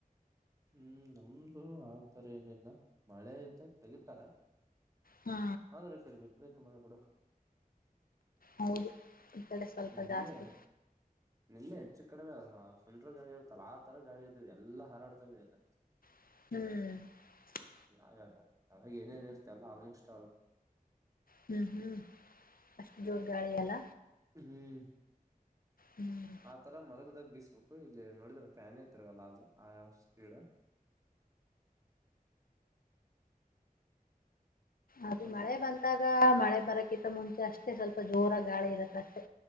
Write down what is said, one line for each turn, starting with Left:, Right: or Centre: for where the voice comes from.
Right: ಹ್ಮ್ ನಮ್ದು ಅ ತರ ಏನಿಲ್ಲ ಮಳೆ ಇದ್ದಾಗ್ ತೆಗೀತರೆ.
Left: ಹಾ
Right: ಆದ್ರೆ ಕಡಿಬೇಕ್ ಬ್ರೇಕ್ ಮಾಡ್ಬಿಡು.
Left: ಹೌದು. ಈ ಕಡೆ ಸ್ವಲ್ಪ
Right: ನಿನ್ನೆ
Left: ಜಾಸ್ತಿ
Right: ನಿನ್ನೆ. ಹೆಚ್ಚು ಕಡ್ಮೆ ಸುಂಟ್ರ ಗಾಳಿ ಇರುತಲ್ಲ ಆ ತರ ಗಾಳಿ ಇದಿದೆ ಎಲ್ಲಾ ಹಾರಾಡ್ತಾ ಇದೆ ಎಲ್ಲ.
Left: ಹ್ಮ್
Right: ಯ ಯಾವ್ ಅಲ್ಲ ಏನೇನ್ ಇರ್ತ ಅಲ್ಲ ಆಲ್ಮೋಸ್ಟ್ ಅವ್ರ.
Left: ಹ್ಮ್ ಹ್ಮ್ ಅಷ್ಟ ಜೋರು ಗಾಳಿ ಅಲ್ಲ
Right: ಹ್ಮ್
Left: ಹ್ಮ್
Right: ಆತರ ಮಲಗದಾಗ ಬೀಸ್ಬೇಕು ಇಲ್ಲಿ ನೋಡಿದ್ರ ಫ್ಯಾನೆ ತಿರಗಲ್ಲ ಅ ಆ ಯಾವ ಸ್ಪೀಡ್
Left: ಅದು
Right: ಮತ್ತೆ
Left: ಮಳೆ ಬಂದಾಗ ಮಳೆ ಬರಕ್ಕೆ ಕ್ಕತ ಮುಂಚೆ ಅಷ್ಟೇ ಸ್ವಲ್ಪ ಜೋರ ಗಾಳಿ ಇರತ್ತ ಅಷ್ಟೆ